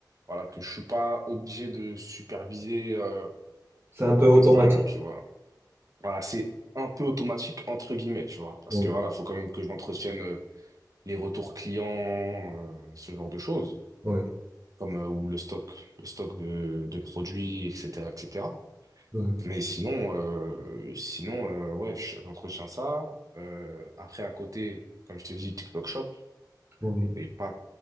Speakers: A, on the right (about 50°); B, on the right (about 30°).
A: voilà, que je suis pas obligé de superviser euh,
B: C'est un peu automatique.
A: constamment, tu vois. Voilà, c'est un peu automatique, entre guillemets, tu vois. Parce
B: Oui,
A: que voilà, faut quand même que j'entretienne euh, les retours clients, euh, ce genre de choses,
B: oui,
A: comme euh, ou le stock, le stock de, de produits, etc., etc.
B: oui,
A: Mais sinon, euh, sinon euh, ouais, je- j'entretiens ça. Euh, après, à côté, comme je t'ai dit, TikTok Shop,
B: oui.
A: c'est pas,